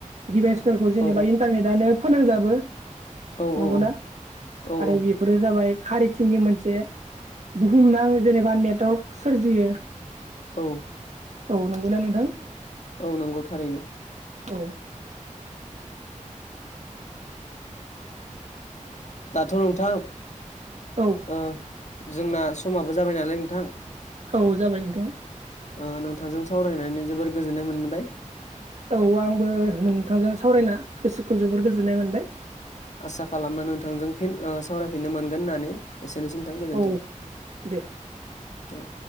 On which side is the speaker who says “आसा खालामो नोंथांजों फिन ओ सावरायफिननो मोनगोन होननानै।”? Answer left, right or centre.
Left